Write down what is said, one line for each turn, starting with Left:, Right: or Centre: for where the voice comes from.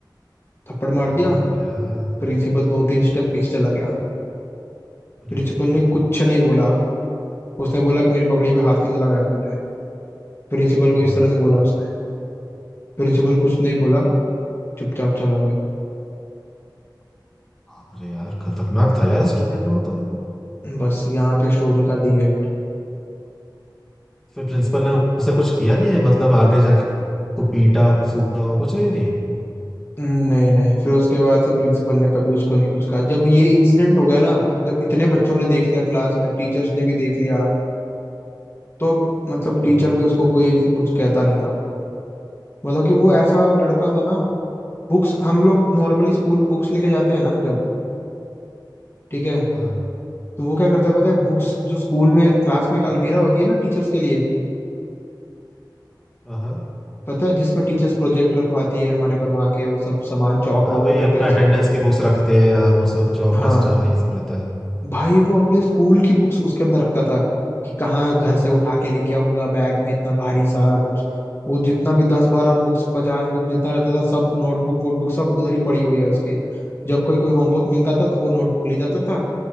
Left: थप्पड़
Centre: खतरनाक
Left: मार दिया
Centre: है यार
Left: प्रिंसिपल दो तीन स्टेप पीछे चला गया
Centre: अरे
Left: प्रिंसिपल ने कुछ नहीं बोला उसने बोला कि मेरी पगड़ी पे हाथ कैसे लगाया तूने प्रिंसिपल को
Centre: हाँ,
Left: इस तरह से बोला उसने प्रिंसिपल कुछ नहीं बोला चुपचाप चला
Centre: बाप रे यार खतरनाक था यार स्टूडेंट वो तो
Left: गया बस यहाँ पे स्टोरी का दी एंड
Centre: फिर प्रिंसिपल ने उसे कुछ किया नहीं है मतलब आगे जाके उसको पीटा सूटा हो कुछ भी नहीं
Left: नहीं नहीं फिर उसके बाद से प्रिंसिपल ने कभी उसको नहीं कुछ कहा जब ये इंसिडेंट हो गया ना जब इतने बच्चों ने देख लिया क्लास में टीचर्स ने भी देख लिया तो मतलब टीचर
Centre: हाँ
Left: भी उसको कोई फिर कुछ कहता नहीं था मतलब कि वो ऐसा लड़का था ना बुक्स हम लोग नॉर्मली स्कूल बुक्स लेके जाते हैं ना जब ठीक है
Centre: हाँ
Left: तो वो क्या करता है पता है बुक्स जो स्कूल में क्लास में एक अलमीरा होती है ना टीचर्स के लिए
Centre: हाँ हाँ
Left: पता है जिसमें टीचर्स प्रोजेक्ट रखवाती है हमारे बनवा के वो सब सामान चौक
Centre: हाँ
Left: वॉक
Centre: वही
Left: रहता
Centre: अपना
Left: है उसके
Centre: अटेंडेंस
Left: अंदर
Centre: की बुक्स रखते हैं हाँ, वो सब चौक
Left: हाँ
Centre: डस्टर है ये सब रहता है
Left: भाई वो अपने स्कूल की बुक्स उसके अंदर रखता था कि कहाँ घर से उठा के लेके आऊंगा बैग में इतना भारी सारा बुक्स वो जितना भी दस बारह बुक्स पचास बुक्स जितना रहता था सब नोटबुक वोटबुक सब उधर ही पड़ी हुई है उसके जब कोई कोई होमवर्क मिलता था तो वो नोटबुक ले जाता था